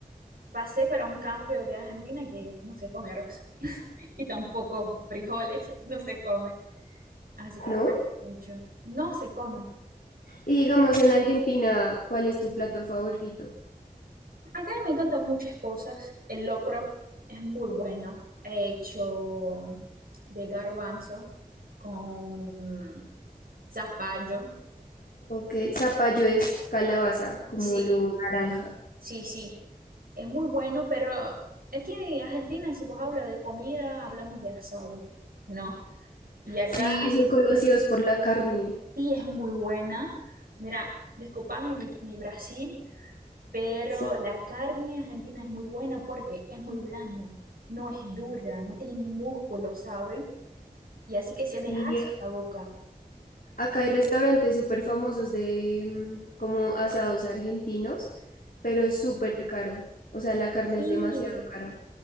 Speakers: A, on the right; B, on the left.
A: pasé para un cambio de Argentina que no se come arroz, <laughs> y tampoco frijoles, <laughs> no se come, así que
B: ¿no?
A: extraño mucho, no se come.
B: Y digamos en Argentina, ¿cuál es tu plato favorito?
A: Acá me encantan muchas cosas. El locro es muy bueno, He hecho de garbanzo con zapallo.
B: Ok, zapallo es calabaza, como
A: Sí,
B: lo naranja.
A: sí, sí. Es muy bueno, pero aquí en Argentina, si vos hablas de comida, hablamos de asado. No. Y acá
B: Sí, son conocidos por la carne.
A: sí es muy buena. Mira, disculpame mi, mi Brasil, pero
B: Sí,
A: la carne argentina es muy buena porque es muy blanda, no es dura, no tiene músculo, ¿sabes? y así que se dejase
B: y
A: la boca.
B: acá hay restaurantes súper famosos de mm, como asados argentinos, pero es súper caro. O sea, la carne
A: Y
B: es demasiado cara.